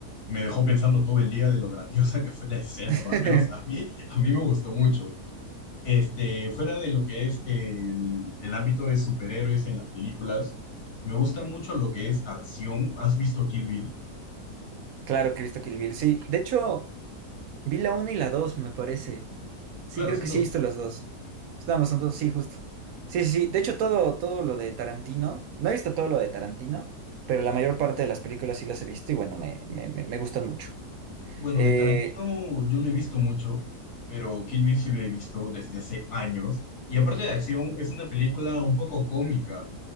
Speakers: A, on the left (about 70°); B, on the right (about 70°).
A: me dejó pensando todo el día de lo grandiosa que fue la escena,
B: <laughs>
A: ¿no? Al menos a mí, a mí me gustó mucho. Este, fuera de lo que es el, el ámbito de superhéroes en las películas, me gusta mucho lo que es acción. ¿Has visto Kill Bill?
B: Claro que he visto Kill Bill, sí. De hecho, vi la 1 y la dos me parece. Sí,
A: Claro,
B: creo
A: son
B: que
A: dos.
B: sí he visto las dos. Nada más son dos, sí, justo. Sí, sí, sí. De hecho, todo, todo lo de Tarantino, no he visto todo lo de Tarantino, pero la mayor parte de las películas sí las he visto y bueno, me, me, me- me gustan mucho.
A: Bueno,
B: Eh,
A: de Tarantino yo no he visto mucho, pero Kill Bill sí lo he visto desde hace años. Y aparte de acción, es una película un poco cómica,